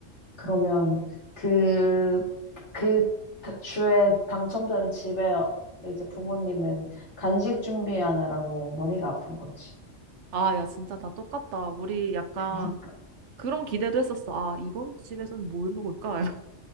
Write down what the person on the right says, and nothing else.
아, 야, 진짜 다 똑같다. 우리 약간
그런 기대도 했었어. 아, 이번 집에서는 뭘 먹을까? <laughs>